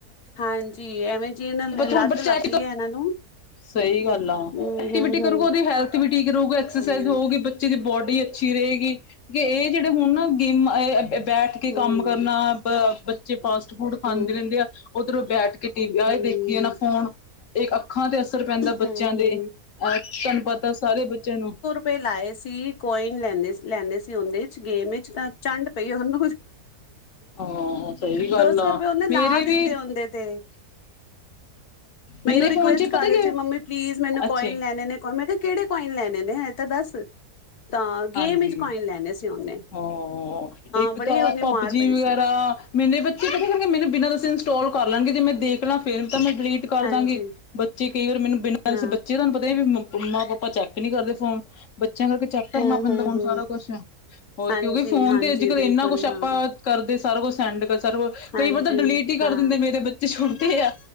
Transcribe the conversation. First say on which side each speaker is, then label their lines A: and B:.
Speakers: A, on the left; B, on the left.
A: ਹਾਂਜੀ, ਐਵੇਂ ਜੀ ਲੱਤ
B: ਹੁਣ ਬੱਚਾ
A: ਲੱਗਈ ਹੈ ਇਹਨਾਂ ਨੂੰ।
B: ਸਹੀ ਗੱਲ ਆ
A: ਹਮ
B: ਐਕਟੀਵਿਟੀ
A: ਹਮ ਹਮ
B: ਕਰੂਗਾ ਉਹਦੀ ਹੈਲਥ ਵੀ ਠੀਕ ਰਹੇਗਾ ਐਕਸਜ਼
A: ਹਮ
B: ਹੋਊਗੀ ਬਚ ਬੱਚੇ ਦੀ ਬੋਡੀ ਅੱਛੀ ਰਹੇਗੀ ਕਿਉ ਇਹ ਜਿਹੜੇ ਹੁਣ ਨਾ ਗੇਮਾਂ ਬੈਠ ਕੇ
A: ਹਮ
B: ਕੰਮ ਕਰਨਾ ਬ ਬੱਚੇ ਫਾਸਟ-ਫੂਡ ਖਾਂਦੇ
A: ਹਮ
B: ਰਹਿੰਦੇ ਆ ਉੱਧਰੋਂ ਬੈਠ ਕੇ ਟੀ ਵੀ ਆਏ
A: ਹਮ
B: ਦੇਖੀਏ ਨਾ ਫੋ ਹੁਣ ਇੱਕ ਅੱਖਾਂ ਤੇ ਅਸਰ ਪੈਂਦਾ
A: ਹਮ
B: ਬੱਚਿਆਂ ਦੇ
A: ਹਮ
B: ਅਹ ਤੁਹਾਨੂੰ ਪਤਾ ਸਾਰੇ ਬੱਚਿਆਂ ਨੂੰ
A: ਪੇ ਲਾਏ ਸੀ ਕੋਇਨ ਲੈਂਦੇ ਲੈਂਦੇ ਸੀ ਉਹਦੇ ਚ ਗੇਮ ਵਿੱਚ ਚੰਡ ਪਈ ਉਹਨੂੰ
B: ਹਾਂ ਸਹੀ ਗੱਲ
A: ਦੋ ਸੌ
B: ਆ
A: ਰੁਪਏ ਉਹਨੇ ਲਾ
B: ਮੇਰੇ
A: ਦਿੱਤੇ
B: ਵੀ
A: ਉਂਦੇਤੇ। ਮੈਨੂੰ
B: ਮੇਰੇ
A: ਰਿਕੁਐਸਟ
B: ਫੋਨ ਚ
A: ਕਰ
B: ਪਤਾ ਕੀ
A: ਰਿ ਤੇ ਮੰਮੀ ਪਲੀਜ਼ ਮੈਨੂੰ
B: ਅੱਛੇ
A: ਕੋਇਨ ਲੈਣੇ ਨੇ ਕੋ ਮੈਂ ਕਿਹੜੇ ਕੋਇਨ ਲੈਣੇ ਨੇ ਤਾਂ ਦੱਸ। ਤਾਂ ਗੇਮ
B: ਹਾਂਜੀ
A: ਵਿੱਚ ਕੋਇਨ ਲੈਣੇ ਸੀ ਉਹਨੇ।
B: ਹਾਂ ਇੱਕ
A: ਬੜੀ
B: ਤਾਂ
A: ਉਹਨੇ
B: ਪਬਜੀ
A: ਮਾਰ ਪਈ
B: ਵਗੈਰਾ
A: ਸੀ
B: ਮੇਰੇ ਬੱਚੇ ਪਤਾ ਕਰਗੇ ਮੈਨੂੰ ਬਿਨਾਂ ਦਸੀਂ ਇੰਸਟਾਲ ਕਰ ਲੈਣਗੇ ਜੇ ਮੈਂ ਦੇਖ ਲਾਂ ਫਿਰ ਤਾਂ ਮੈਂ ਡਿਲੀਟ ਕਰਦਾਂਗੇ।
A: ਹਾਂਜੀ
B: ਬੱਚੇ ਕਈ ਵਾਰ ਮੈਨੂੰ ਬਿਨਾਂ
A: ਹਾਂ
B: ਦਸੇ ਬੱਚੇ ਤੁਹਾਨੂੰ ਪਤਾ ਵੀ ਮਮਾ-ਪਾਪਾ ਚੈੱਕ ਨੀ ਕਰਦੇ ਫੋਨ ਬੱਚਿਆਂ ਕਰਕੇ ਚੈੱਕ ਕਰਨਾ
A: ਹੂੰ ਹੂੰ
B: ਪੈਂਦਾ ਹੁਣ
A: ਹੂੰ
B: ਸਾਰਾ ਕੁਛ। ਹੋਰ
A: ਹਾਂਜੀ
B: ਕਿਉਂਕਿ ਫੋਨ
A: ਹਾਂਜੀ
B: ਤੇ ਅੱਜ-ਕੱਲ ਇਨਾ
A: ਬਿਲਕੁਲ
B: ਕੁਛ ਆਪਾਂ
A: ਹਾਂ
B: ਕਰਦੇ ਸਾਰਾ ਕੁਛ ਸੈਂਡ ਕਰ ਸਾਰਾ ਕੁਛ
A: ਹਾਂਜੀ
B: ਕਈ ਵਾਰ ਤਾਂ ਡਿਲੀਟ ਹੀ ਕਰ
A: ਹਾਂ
B: ਦਿੰਦੇ। ਮੇਰੇ ਬੱਚੇ ਛੋਟੇ ਆ